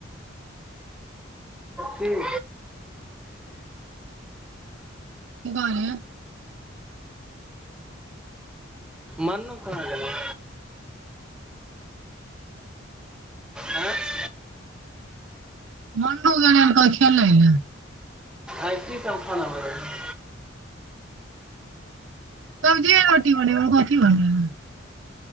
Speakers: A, in the centre; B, on the right.
A: की।
B: कि कहलियै।
A: मनु कहाँ गेलै? आँय।
B: मनु गेलै हन खेलै ले।
A: आइ की सब खाना बनलै हें?
B: सब्जिये रोटी बनेवै कथि बनेवै।